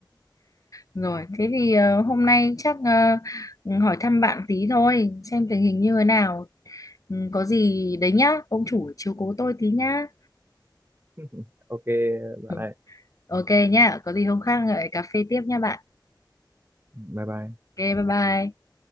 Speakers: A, on the left; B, on the right.
A: rồi thế thì ờ, hôm nay chắc ờ, hỏi thăm bạn tí thôi xem tình hình như thế nào ừ, có gì đấy nhá ông chủ chiếu cố tôi tí nhá
B: <laughs> ok bạn
A: Ừ,
B: ơi
A: ok nhá có gì hôm khác lại cà phê tiếp nha bạn
B: bye bye
A: ok bye bye